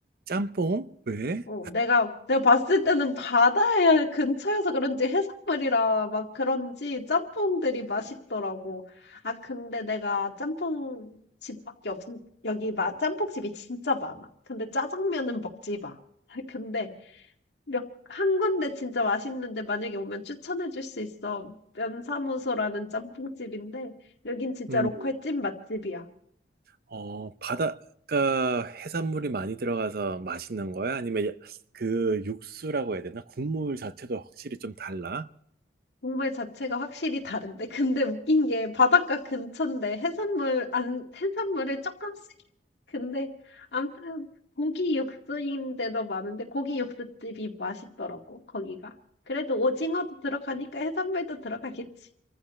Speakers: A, on the right; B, on the left.
A: 짬뽕? 왜?
B: 어, 내가, 내가 봤을 때는 바다에 근처여서 그런지 해산물이라 막 그런지 짬뽕들이 맛있더라고. 아, 근데 내가 짬뽕 집밖에 없, 여기 마, 짬뽕집이 진짜 많아. 근데 짜장면은 먹지 마. <laughs> 근데 몇, 한 군데 진짜 맛있는데 만약에 오면 추천해 줄 수 있어. 면사무소라는 짬뽕집인데 여긴 진짜
A: 어,
B: 로컬 찐 맛집이야.
A: 어, 바닷가 해산물이 많이 들어가서 맛있는 거야? 아니면 야- 그 육수라고 해야 되나? 국물 자체도 확실히 좀 달라?
B: 정물 자체가 확실히 다른데. 근데 웃긴 게 바닷가 근처인데 해산물 안 해산물을 조금씩 근데 아무튼 고기 육수인데도 많은데 고기 육수집이 맛있더라고 거기가. 그래도 오징어도 들어가니까 해산물도 들어가겠지.